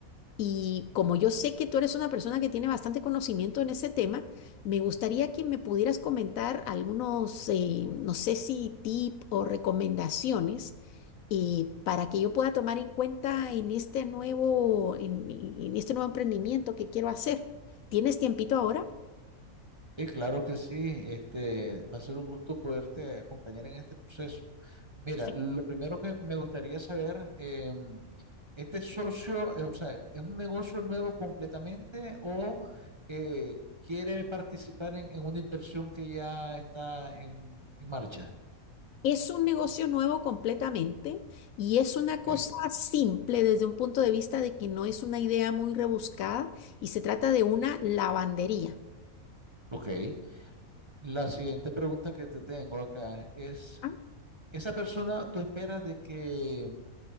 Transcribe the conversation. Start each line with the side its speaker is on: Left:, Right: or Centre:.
Left: Y como yo sé que tú eres una persona que tiene bastante conocimiento en ese tema, me gustaría que me pudieras comentar algunos, eh, no sé si tip o recomendaciones y para que yo pueda tomar en cuenta en este nuevo, en, en este nuevo emprendimiento que quiero hacer. ¿Tienes tiempito ahora?
Right: Sí, claro que sí. Este, va a ser un gusto poderte acompañar en este proceso. Mira,
Left: Perfecto.
Right: lo primero que me gustaría saber, em, ¿este socio, eh, o sea, es un negocio nuevo completamente o eh, quiere participar en, en una inversión que ya está en, en marcha?
Left: Es un negocio nuevo completamente y es una cosa
Right: Ok.
Left: simple desde un punto de vista de que no es una idea muy rebuscada y se trata de una lavandería.
Right: Ok. La siguiente pregunta que te tengo acá es,
Left: Ah.
Right: ¿esa persona tú esperas de que